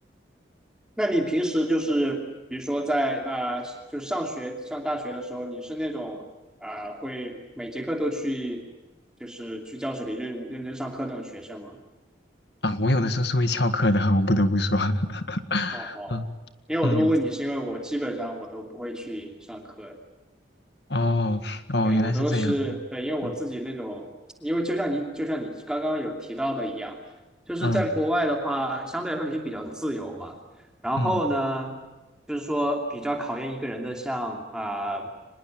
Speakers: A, in the centre; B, on the left.
A: 那你平时就是，比如说在啊、呃就上学上大学的时候，你是那种啊、会每节课都去，就是去教室里认认真上课那种学生吗？
B: 啊。我有的时候是会翘课的，我不得不说。<laughs>
A: 哦哦，
B: 嗯
A: 因为我这么问你，
B: 嗯，
A: 是因为我基本上我都不会去上课，
B: 哦哦，
A: 对，
B: 原来是这样。
A: 我都是，对，因为我自己那种，
B: 嗯
A: 因为就像你就像你刚刚有提到的一样，就是在国外的话，
B: 嗯
A: 相对来说你就比较自由嘛。然后呢，
B: 嗯，
A: 就是说比较考验一个人的像啊、